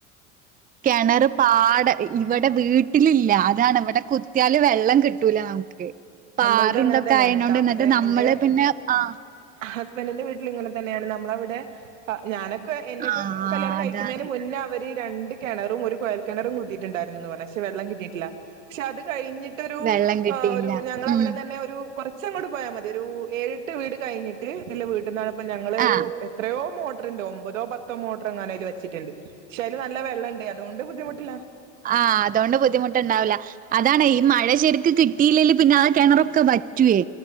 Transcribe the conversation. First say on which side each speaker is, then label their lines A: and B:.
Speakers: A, on the right; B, on the right.
A: കിണറ്, പാട, ഇവിടെ, വീട്ടിലില്ല, അതാണ്, ഇവിടെ കിയല് വെള്ളം കിട്ടൂല നമക്ക് പാറിന്തൊക്കെ
B: നമ്മൾത് അങ്ങനെ തന്നെയാണ്
A: ആയനൊണ്ട്
B: ട്ടോ അവിടെ
A: എന്നിട്ട് നമ്മള്
B: എന്റെ
A: പിന്നെ ആ
B: ഹസ്ബൻഡിന്റെ വീട്ടിൽങ്ങനെ തന്നെയാണ് നമ്മള അവിടെ ആ ഞാനൊക്കെ എന്നൊക്കെ
A: ആഹ്
B: കല്യാണം കഴിക്കുന്നതിന്
A: അതാണ്
B: മുന്നേ അവര് രണ്ട് കിണറും ഒരു കോയൽ കിണറും കുത്തിയിട്ടുണ്ടായിരുന്നുന്ന് പറഞ്ഞ പെള്ളം കിട്ടിയിട്ടില്ല പക്ഷെ അത് കഴിഞ്ഞിട്ട് ട്ടൊരു
A: വെള്ളം കിട്ടിയില്ല.
B: ഏ ഒരു
A: ഉം
B: അവിടെ തന്നെ ഒരു കുറച്ചും കൂടി പോയാൽ മതി ഒരു ഏഴട്ട് വീട് കഴിഞ്ഞിട്ട്ല്ല വീ കിാണ് ഇപ്പോ ഞങ്ങള് ഒരു
A: ആഹ്
B: എത്രയോ മോട്ടർണ്ട് ഒമ്പതോ പത്തോ മോട്ടർോ അങ്ങനെത് വെച്ചിട്ടുണ്ട് ശരി നല്ല വെള്ളംണ്ട് അതുകൊണ്ട് ബുദ്ധിമുട്ടില്ല
A: ആ അതുകൊണ്ട് ബുദ്ധിമുട്ടുണ്ടാവില്ല അതാണ്
B: ആ
A: ഈ മഴ ശെരുക്ക് കിട്ട കട്ടീല്ലല് പിന്നെ ആ കിണറൊക്കെ പറ്റുവേ